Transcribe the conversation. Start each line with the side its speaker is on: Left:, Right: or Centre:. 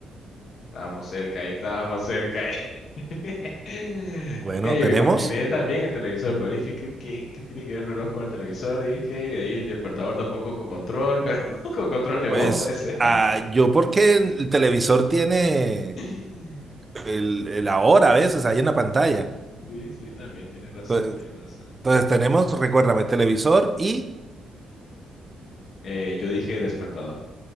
Left: estábamos cerca ahí, estábamos cerca ahí. <laughs>
Right: Bueno,
Left: Ey,
Right: tenemos,
Left: me imaginé también el televisor, pero dije, ¿qué, qué, qué tiene que ver el reloj con el televisor? Dije, y de ahí el despertador tampoco con control, pero <laughs> con control de voz
Right: pues
Left: puede ser.
Right: ah, yo porque el televisor tiene
Left: <laughs>
Right: el, el ahora a veces ahí en la pantalla.
Left: Sí, sí, también tienes razón,
Right: Entonces,
Left: tienes razón.
Right: entonces tenemos, recuérdame, televisor y,
Left: Eh, yo dije despertador.